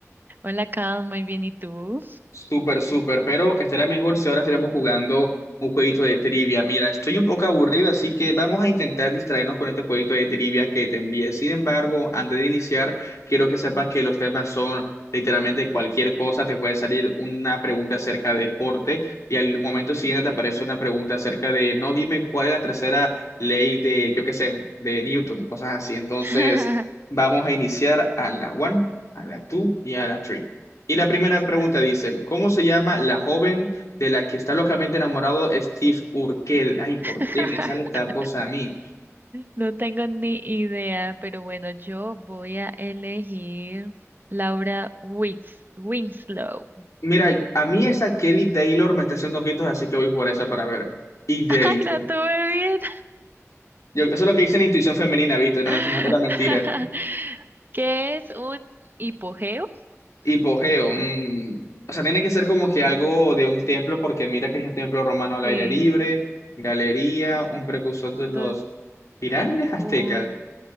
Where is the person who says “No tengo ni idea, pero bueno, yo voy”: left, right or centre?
Right